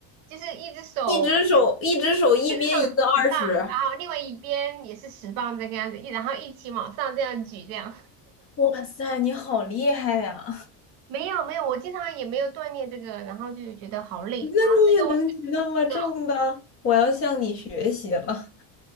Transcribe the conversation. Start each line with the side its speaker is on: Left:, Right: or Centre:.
Right: 就是一只手
Left: 一只手一只手一边一个二十，
Right: 一只手十磅，然后另外一边也是十磅这个样子，一然后一起往上这样举这样。
Left: 哇塞，你好厉害呀！
Right: 没有没有，我经常也没有锻炼这个，然后就觉得好累，然后最多
Left: 你也能举那么重的？
Right: 这个
Left: 我要向你学习了。